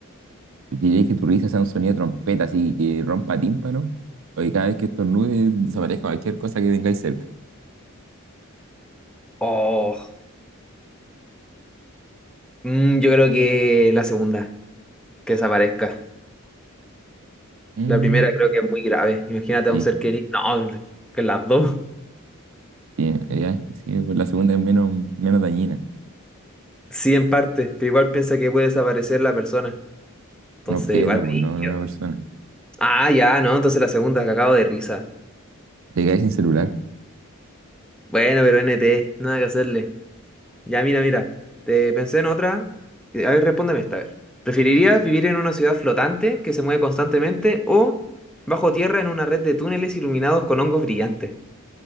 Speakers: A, on the right; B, in the centre.
A: ¿Preferirías que tu risa sea un sonido de trompeta así que rompa tímpano? O que cada vez que estornudes desaparezca cualquier cosa que tengáis cerca.
B: Oh, mm, yo creo que la segunda, que desaparezca.
A: Mm,
B: La primera creo que es muy grave. Imagínate
A: sí,
B: a un ser querido. No, que las dos. <laughs>
A: sí, eh, ya, sí, pues la segunda es menos, menos dañina.
B: Sí, en parte, pero igual piensa que puede desaparecer la persona. Entonces,
A: Un objeto,
B: igual brígido.
A: pues no, no una persona.
B: Ah, ya, no, entonces la segunda, que acabo de risa.
A: Te quedas sin celular.
B: Bueno, pero NT, nada que hacerle. Ya, mira, mira. Te pensé en otra. Eh, A ver, respóndeme esta, a ver. ¿Preferirías vivir en una ciudad flotante que se mueve constantemente o bajo tierra en una red de túneles iluminados con hongos brillantes?